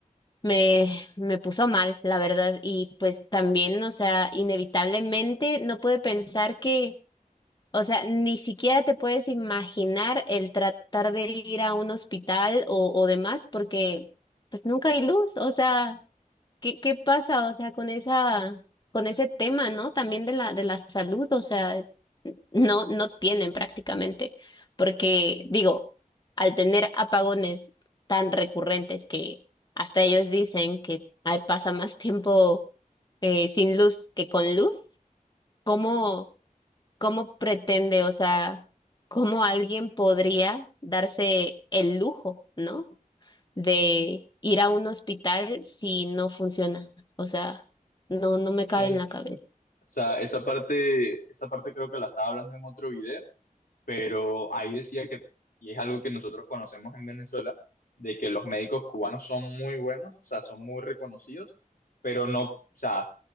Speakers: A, on the left; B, on the left.
A: me, me puso mal, la verdad. Y pues también, o sea, inevitablemente no pude pensar que, o sea, ni siquiera te puedes imaginar el tratar de ir a un hospital o, o demás, porque pues nunca hay luz, o sea. ¿Qué, qué pasa, o sea, con esa, con ese tema, ¿no? También de la, de la salud, o sea, no, no tienen prácticamente, porque digo, al tener apagones tan recurrentes que hasta ellos dicen que ay, pasa más tiempo eh, sin luz que con luz, ¿cómo, cómo pretende, o sea, cómo alguien podría darse el lujo, ¿no? de ir a un hospital si no funciona. O sea, no, no
B: Ok.
A: me cabe en la cabeza.
B: O sea, esa parte, esa parte creo que la estaba hablando en otro video, pero ahí decía que, y es algo que nosotros conocemos en Venezuela, de que los médicos cubanos son muy buenos, o sea, son muy reconocidos, pero no, o sea,